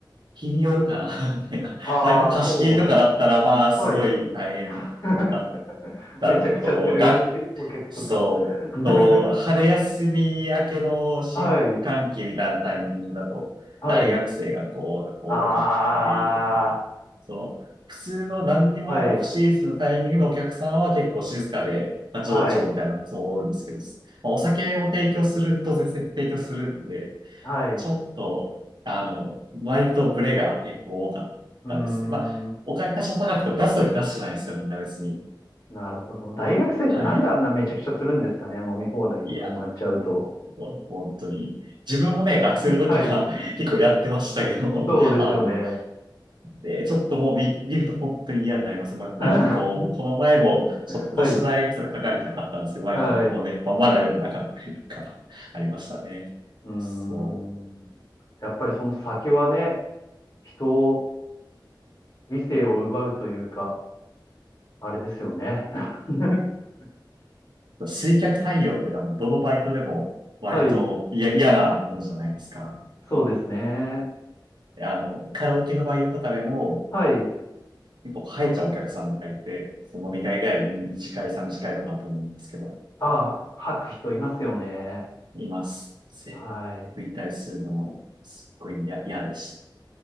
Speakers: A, on the right (about 65°); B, on the left (about 50°).
A: 日によるかな、<laughs> みたいな。
B: ああ、
A: 割と貸し切りとかだったら、
B: そうですね
A: まあ、
B: はい。
A: すごい大変だっ
B: <laughs>
A: たのと、
B: めちゃくちゃするお客とか。
A: が、そう、
B: <laughs>
A: と、春休み明けの新歓期みたいなタイミングだと、
B: はい、はい。
A: 大学生がこう、多かったりとか、
B: あ
A: そう、普通の何にもないオフシーズンのタイミングのお客さんは結構静かで、
B: あ、はい、
A: まあ、情緒みたいなのがすごい多いんですけど、
B: はい、
A: まあお酒を提供すると、当然提供するんで、
B: はい。
A: ちょっと、
B: う
A: あの、割とブレが結構多かったですね。
B: ーん、
A: まあ、お金多少高くても出すとき出すじゃないですか、みんな別に。
B: なるほど。大学生ってなんであんなめちゃくちゃするんですかね、
A: はい。
B: 飲み放題とかになっちゃうと。
A: いや、もう本当に。自分もね、学生の時は
B: <laughs> はい、
A: <laughs> 結構やってましたけど、
B: そうですよね。
A: <laughs> あの、でちょっともう見、見ると本当に嫌になります。まあ、なんかこう、
B: <laughs> は
A: この前も、ちょっとした大学生が書かれてなかったんですけど、
B: い。
A: まあ、
B: はい。
A: やっぱこうね、
B: う
A: まあ、まだ良くなかったりとか、<laughs> ありましたね。
B: ーん。
A: そ
B: やっぱりその酒はね、人を、理性を奪うというか、あれですよね。<laughs>
A: う。水客対応って多分どのバイトでも割と嫌嫌なものじゃないですか。
B: はい。そうですね。
A: であの、カラオケのバイトとかでも、
B: はい。
A: 結構入っちゃうお客さんとかいて、その飲み会帰りの2次会、3次会とかだと思うんですけど、
B: あ、吐く人いますよね。
A: います。せ
B: はい。
A: 食いたりするの、すっごいや嫌でした。